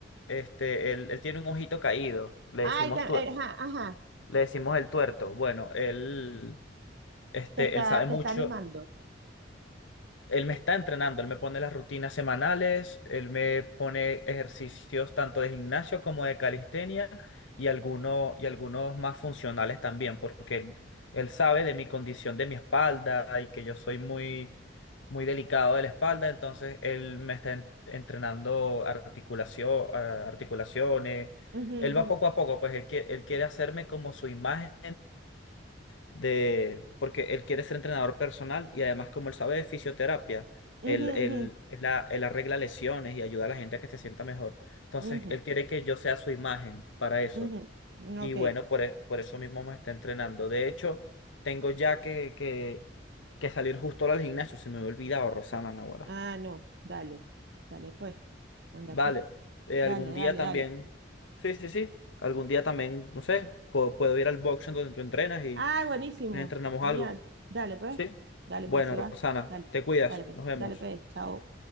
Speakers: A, on the left; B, on the right.
A: este, él, él tiene un ojito caído, le
B: Ay,
A: decimos
B: que-
A: tú.
B: eh, ajá, ajá,
A: Le decimos el tuerto. Bueno, él, este,
B: te está,
A: él sabe mucho.
B: te está animando.
A: Él me está entrenando, él me pone las rutinas semanales, él me pone ejercicios tanto de gimnasio como de calistenia y algunos, y algunos más funcionales también, porque él, él sabe de mi condición de mi espalda y que yo soy muy, muy delicado de la espalda, entonces él me está en- entrenando articulación, articulaciones.
B: Ujú,
A: Él
B: ujú,
A: va poco a poco, pues él quiere, él quiere hacerme como su imagen de, porque él quiere ser entrenador personal y además como él sabe de fisioterapia,
B: ujú,
A: él, él,
B: ujú,
A: él a- él arregla lesiones y ayuda a la gente a que se sienta mejor. Entonces,
B: ujú,
A: él quiere que yo sea su imagen para eso.
B: ujú, ujú.
A: Y
B: Ok.
A: bueno, por, e- por eso mismo me está entrenando. De hecho, tengo ya que, que, que salir justo ahora al gimnasio, se me había olvidado, Rosana Naguará.
B: Ah, no. Dale. Dale, pues. Anda,
A: Vale,
B: pues.
A: eh,
B: Dale,
A: algún
B: dale,
A: día también,
B: dale.
A: sí, sí, sí, algún día también, no sé, puedo, puedo ir al box en donde tú entrenas y
B: Ah, buenísimo.
A: entrenamos
B: Genial.
A: algo.
B: Dale, pues.
A: ¿Sí?
B: Dale,
A: Bueno,
B: pues, si va.
A: Rosana,
B: Dale.
A: te cuidas.
B: Dale, pues.
A: Nos vemos.
B: Dale, pues. Chao.